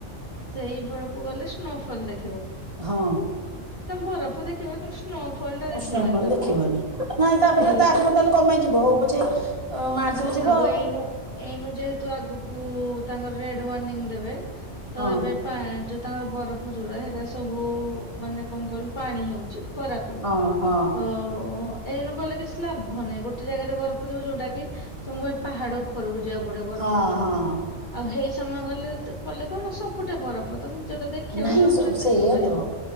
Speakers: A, on the left (about 40°); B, on the right (about 25°).
A: ସେଇ ବେଳକୁ ଗଲେ ସ୍ନୋଫଲ ଦେଖ
B: ହଁ
A: ବରଫ ଦେଖିବ କିନ୍ତୁ ସ୍ନୋଫଲ ଟା ଦେଖିବନି
B: ସ୍ନୋଫଲ୍
A: ତମେ
B: ଦେଖିବନି ନାଇଁ ତାପରେ
A: ହେଇ
B: ତାପରେ ତାହେଲେ କମେଇଯିବ ହଉ ପଛେ ମାର୍ଚ୍ଚରେ ଯିବ
A: ଆଉ ଏଇନୁ ଏଇନୁ ଯେହେତୁ ଆଗକୁ ତାଙ୍କର ରେଡ଼ ୱାର୍ଣ୍ଣିଂ ଦେବେ। ତ
B: ହଁ
A: ଏବେ ପାଆ ଜୁ ତାଙ୍କର ବରଫ ଯୋରା ହେରାସବୁ ମାନେ କଣ କହିଲୁ ପାଣି ହେଉଛି। ଖରାକୁ
B: ହଁ ହଁ
A: ତ। ଏଇନୁ ଗଲେ କିଛି ଲାଭ ନାହିଁ ଗୋ ଗୋଟେ ଜାଗାରେ ବରଫଥିବ ଯୋଉଟା କି! ତୁମକୁ ଏପାହାଡ ଉପରକୁ ଯିବାକୁ ଗୋଟେ ବରଫ
B: ହଁ
A: ଦେଖିବା
B: ହଁ
A: ପାଇଁ ଆଉ ହେଇ ସମେ ଗଲେ ଗଲେ କଣ ସବୁଠି ବରଫ ତମେ ଯୋଉଟା ଦେଖିବାକୁ
B: ନାଇଁ
A: ଚାହୁଁଛ
B: ସ
A: ସେଠି
B: ସେଇଆତ
A: ଦେଖିପାରିବ।